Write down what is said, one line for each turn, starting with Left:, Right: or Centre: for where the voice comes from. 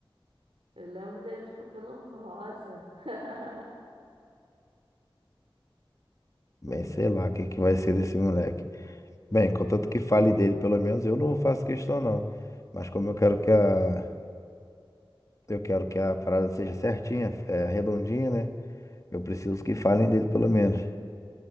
Right: Eu lembro deles de cabelo rosa. <laughs>
Left: Bem,
Right: Eles...
Left: sei
Right: ah,
Left: lá o que que vai ser desse moleque. Bem, contanto que fale dele, pelo menos eu não faço questão não. Mas como eu quero que a eu quero que a parada seja certinha, é, redondinha, né? Eu preciso que falem dele pelo menos.